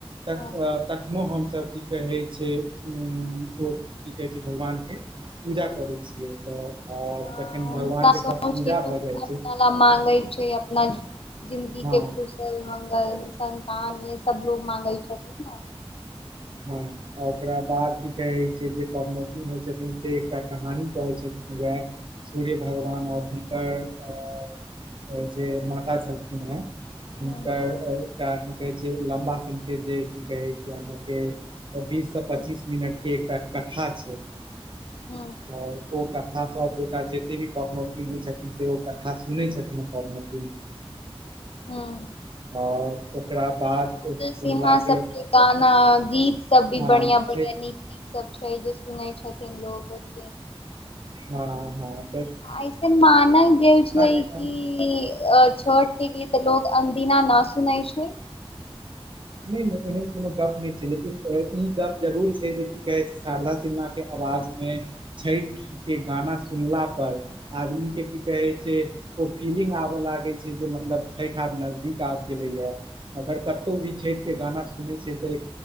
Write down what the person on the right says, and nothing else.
तक
तखनो हम सब तब की कहै छै, उम्म फो की कहै छै भगवान के पूजा करै छियै तऽ और
जखन
भगवान के सब
पूजा
भऽ जाइ
छै
हँ
हाँ ओकरा बाद की कहै छै जे पबनोतिन होय छथिन से एकटा कहानी कहै छथिन, उहाए सूर्य भगवान और हुनकर अ अ जे माता छलखिन हय। हुनकर
अ एकटा की कहै जे लम्बा सन के जे की कहे छै अहाँ के ओ बीस से पच्चीस मिनट के एकटा कथा छै।
हाँ। ओ कथा सबगोटा जेते भी पबनोतिन होय छथिन से ओ कथा सुनै छथिन पबनोतिन।
और ओकरा बाद ओ सुनला
के
हँ
छै
हाँ-हाँ।
के गाना
नै नै एहन कुनो गप नै छै लेकिन ए ई गप जरूर छै जे कि कहै छै शारदा सिन्हा के अवाज मे छैठ के गाना सुनला पर आदमी के की कहे छै। ओ फीलिंग आबा लागे छै जे मतलब छैठ आब नजदीक आब गेले या अगर कतौ भी छै ठ के गाना सुनै छै तऽ